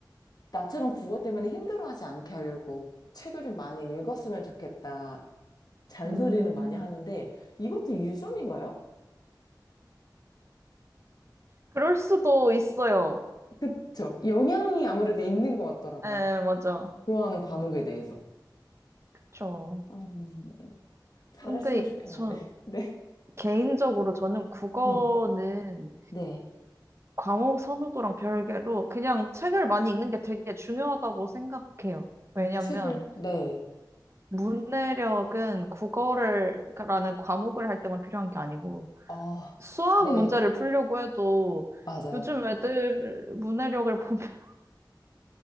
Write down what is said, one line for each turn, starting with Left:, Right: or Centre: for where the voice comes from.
Left: 나처럼 국어 때문에 힘들어하지 않게 하려고 책을 좀 많이 읽었으면 좋겠다. 잔소리는
Right: 음,
Left: 많이 하는데 이것도 유전인가요?
Right: 그럴 수도 있어요.
Left: 그쵸. 영향이 아무래도 있는 것 같더라고요.
Right: 네, 맞아.
Left: 좋아하는 과목에 대해서.
Right: 그쵸.
Left: 음, 잘했으면
Right: 근데
Left: 좋겠는데.
Right: 전
Left: <laughs> 네.
Right: 개인적으로 저는 국어는
Left: 음, 네.
Right: 과목 선호도랑 별개로 그냥 책을 많이 읽는 게 되게 중요하다고 생각해요. 왜냐면
Left: 책을, 네.
Right: 문해력은 국어를 라는 과목을 할 때만 필요한 게 아니고
Left: 아,
Right: 수학
Left: 네.
Right: 문제를 풀려고 해도
Left: 맞아요.
Right: 요즘 애들 문해력을 보면 <laughs>